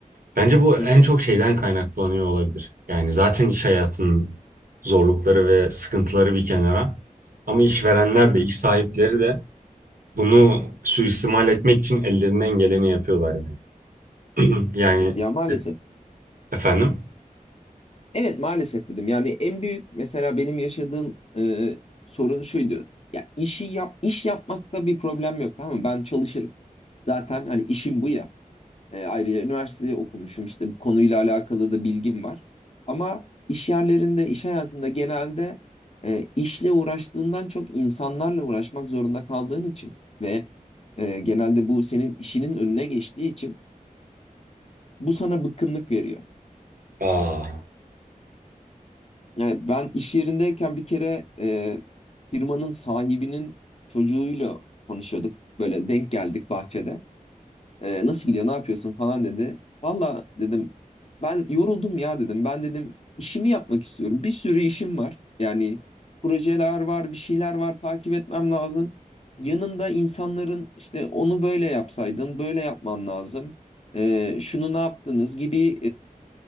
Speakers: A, on the right; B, on the left.
A: Bence bu en
B: Hı hı.
A: çok şeyden kaynaklanıyor olabilir. Yani zaten iş hayatının zorlukları ve sıkıntıları bir kenara. Ama işverenler
B: <laughs> Hı hı.
A: de, iş sahipleri de bunu suistimal etmek için ellerinden geleni yapıyorlar yani. <clears throat> Yani
B: Evet, ya maalesef.
A: e, efendim?
B: Evet maalesef dedim. Yani en büyük mesela benim yaşadığım e, sorun şuydu. Ya işi yap iş yapmakta bir problem yok tamam mı? Ben çalışırım. Zaten hani işim bu ya. E, ayrıca üniversiteye okumuşum işte bu konuyla alakalı da bilgim var. Ama iş yerlerinde, iş hayatında genelde e, işle uğraştığından çok insanlarla uğraşmak zorunda kaldığın için ve e, genelde bu senin işinin önüne geçtiği için bu sana bıkkınlık veriyor.
A: Aa.
B: Yani ben iş yerindeyken bir kere e, firmanın sahibinin çocuğuyla konuşuyorduk. Böyle denk geldik bahçede. E, nasıl gidiyor, ne yapıyorsun falan dedi. Valla dedim ben yoruldum ya dedim. Ben dedim işimi yapmak istiyorum. Bir sürü işim var. Yani projeler var, bir şeyler var takip etmem lazım. Yanında insanların işte onu böyle yapsaydın, böyle yapman lazım. E, şunu ne yaptınız gibi